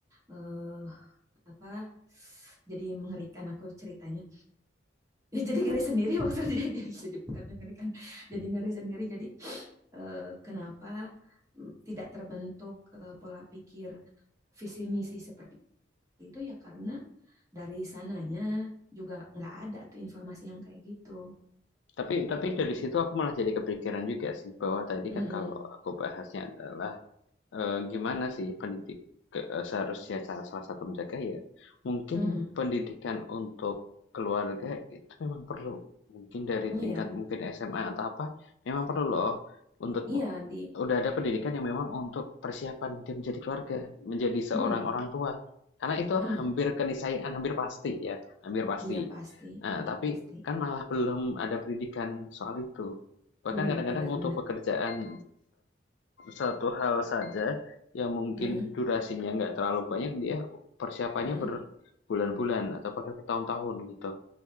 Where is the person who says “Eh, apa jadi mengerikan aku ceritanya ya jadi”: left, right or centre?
Right